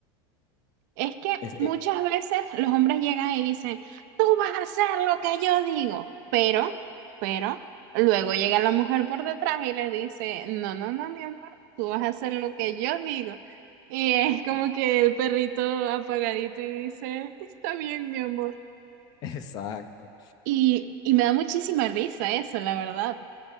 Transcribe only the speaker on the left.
Es- eh,
<laughs>
exacto.